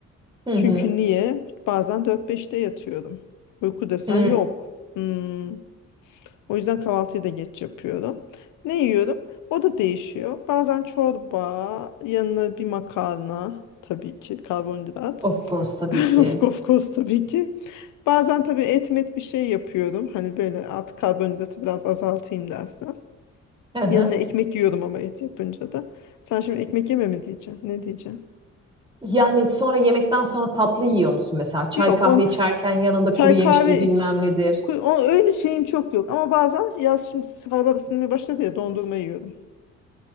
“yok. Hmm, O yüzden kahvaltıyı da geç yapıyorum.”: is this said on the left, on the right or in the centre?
Left